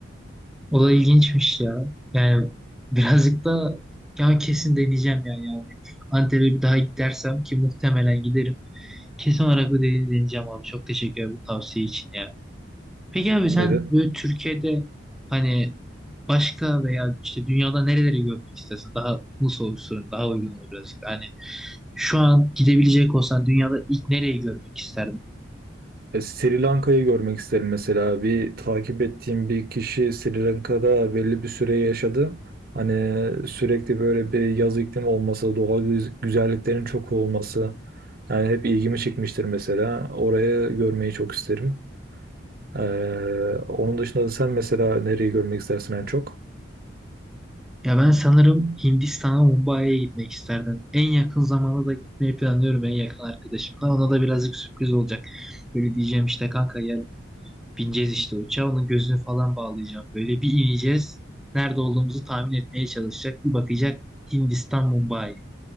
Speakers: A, in the centre; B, on the right (about 50°).
A: O da ilginçmiş ya. Yani birazcık da ya kesin deneyeceğim yani yani. Antep'e bir daha gidersem ki muhtemelen giderim. Kesin olarak bu dediğini deneyeceğim abi. Çok teşekkür ederim bu tavsiye için ya. Peki abi sen
B: Neden?
A: böyle Türkiye'de hani başka veya işte dünyada nereleri görmek istersin? Daha bu soru sorayım, daha uygun olur birazcık. da. Hani şu an gidebilecek olsan dünyada ilk nereyi görmek isterdin?
B: E, Sri Lanka'yı görmek isterim mesela. Bir takip ettiğim bir kişi Sri Lanka'da belli bir süre yaşadı. Hani sürekli böyle bir yaz iklimi olması, doğal güz- güzelliklerin çok olması. Yani hep ilgimi çekmiştir mesela. Orayı görmeyi çok isterim. Ee, onun dışında da sen mesela nereyi görmek istersin en çok?
A: Ya ben sanırım Hindistan'a, Mumbai'ye gitmek isterdim. En yakın zamanda da gitmeyi planlıyorum en yakın arkadaşımla. Ona da birazcık sürpriz olacak. Böyle diyeceğim işte kanka gel bineceğiz işte uçağa. Onun gözünü falan bağlayacağım. Böyle bir ineceğiz. Nerede olduğumuzu tahmin etmeye çalışacak. Bir bakacak Hindistan, Mumbai.